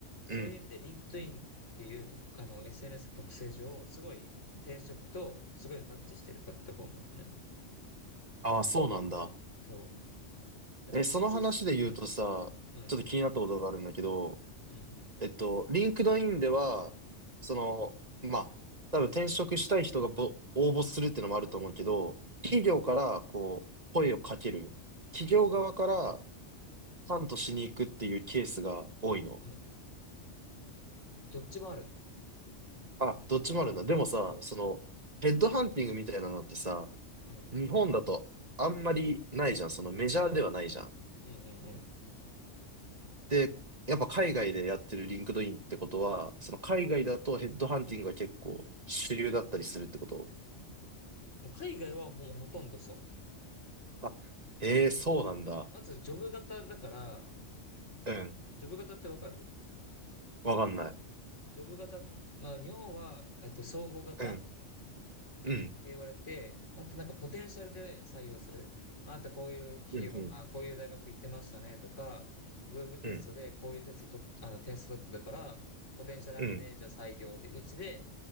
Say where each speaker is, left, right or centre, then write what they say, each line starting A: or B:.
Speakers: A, on the left (about 80°); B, on the right (about 35°).
A: そういう意味で、
B: うん。
A: リンクトインっていうと、あの、SNS の特性上、すごい転職とすごいマッチしてるプラットフォームなのね。
B: あ、そうなんだ。
A: そう。だから、
B: え、その話で言うとさ、
A: 新卒、うん、うん、
B: ちょっと気になったことがあるんだけど、
A: うん、
B: えっと、リンクドインでは、その、まあ、多分転職したい人がぼ応募するっていうのもあると思うけど、
A: うん、
B: 企業からこう、声をかける。企業側から
A: うん、
B: ハントしに行くっていうケースが多いの。
A: うん。どっちもある。
B: あ、どっちもあるんだ。でもさ、
A: そ
B: その、ヘッドハンティングみたいなのってさ、
A: う。うん、
B: 日本だとあんまりないじゃん。そのメジャーではないじゃん。
A: うん、うん、うん。
B: で、やっぱ海外でやってるリンクドインってことは、その海外だとヘッドハンティングが結構主流だったりするってこと
A: うん。もう海外はほ、ほとんどそう。
B: あ、ええーそうなんだ。
A: まず、ジョブ型だから、
B: うん。
A: ジョブ型ってわかる
B: わかんない。
A: ジョブ型、まあ、尿は、えっと、総合型って
B: うん。うん。
A: 言われて、もっとなんかポテンシャルで採用する。あなたこういう企業、
B: うん。うん。
A: あ、こういう大学行ってましたねとか、ウェブテストでこういうテストと、
B: うん。
A: あの、テスト取ってたから、ポテンシャルあるね、
B: うん。
A: じゃあ採用で、うちで